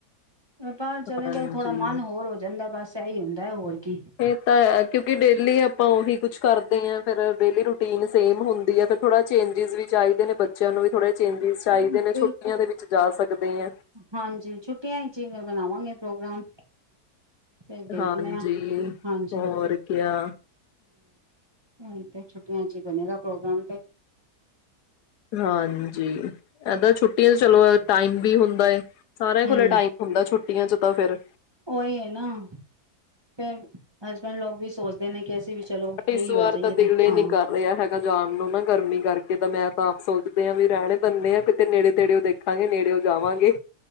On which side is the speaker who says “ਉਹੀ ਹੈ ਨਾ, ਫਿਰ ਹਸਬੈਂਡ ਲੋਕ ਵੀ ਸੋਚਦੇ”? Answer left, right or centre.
Right